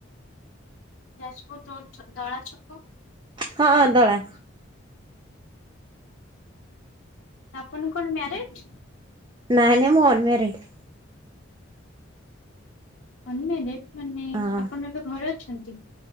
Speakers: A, on the left (about 60°); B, on the right (about 20°).
A: ଯାଜପୁର ରୋଡ଼ ଦଳା ଛକ।
B: ହଁଁ ଦଳା।
A: ଆପଣ କଣ ମ୍ୟାରେଡ୍‌?
B: ନାଇଁ ନାଇଁ ମୁଁ ଅନମ୍ୟାରେଡ୍।
A: ଅନ୍ନେ ଦେ ମାନେ
B: ହଁ
A: ଆପଣ ଏବେ ଘରେ ଅଛନ୍ତି?